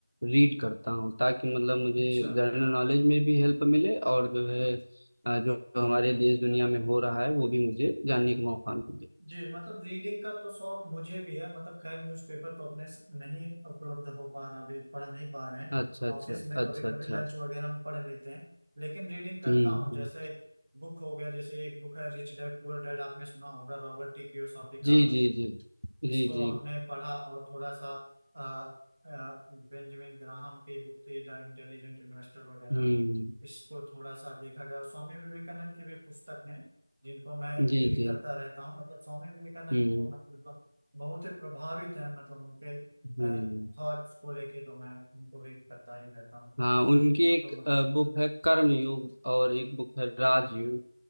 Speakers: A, on the right (about 85°); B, on the right (about 30°).
A: रीड करता हूँ ताकि मतलब मुझे
B: अच्छा
A: जनरल नॉलेज में भी हेल्प मिले और जो है अ, जो जो हमारे देश दुनिया में हो रहा है वो भी मुझे जानने का मौका मिले
B: जी मतलब रीडिंग का तो शौक मुझे भी है मतलब खैर न्यूज़पेपर तो अपने से नहीं उपलब्ध हो पा रहा अभी पढ़ नहीं पा रहे हैं
A: अच्छा अच्छा
B: ऑफिस में कभी
A: अच्छा
B: कभी
A: अच्छा
B: लंच वगैरह हम पढ़ लेते हैं लेकिन रीडिंग करता
A: हम्म
B: हूँ जैसे
A: हम्म।
B: बुक हो गया जैसे एक बुक है रिच डैड पुअर डैड आपने सुना होगा रॉबर्ट टी कियोसाकी
A: जी
B: का
A: जी जी जी
B: इसको
A: जी
B: हमने पढ़ा और थोड़ा सा आ, बेंजामिन ग्राहम की बुक थी द इंटेलिजेंट इन्वेस्टर वगैरह
A: हम्म
B: इसको थोड़ा सा देखा गया और स्वामी विवेकानंद की भी पुस्तक ने जिनको मैं रीड
A: जी जी
B: करता रहता हूँ मतलब स्वामी विवेकानंद
A: हम्म
B: को मतलब बहुत ही प्रभावित है मतलब उनके
A: हम्म
B: थॉट्स को लेके तो मैं उनको भी करता ही रहता हूँ
A: हाँ उनकी एक
B: तो मतलब
A: अ, बुक है कर्म योग और एक बुक है राजयोग